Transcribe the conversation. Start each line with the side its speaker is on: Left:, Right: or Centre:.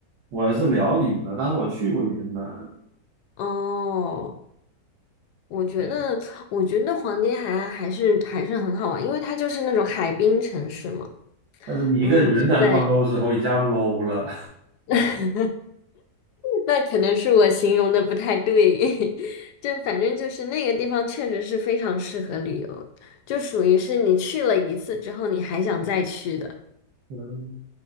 Right: 我是辽宁的，但是我去过云南，
Left: 哦，我觉得，
Right: 对
Left: 我觉得黄金海岸还是还是很好玩，因为它就是那种海滨城市嘛。
Right: 但是你跟云南挂钩之后一下
Left: 然后你就在
Right: low 了
Left: <laughs> 那可能是我形容的不太对，<laughs> 就反正就是那个地方确实是非常适合旅游，就属于是你去了一次之后你还想再去的，
Right: <laughs>。嗯，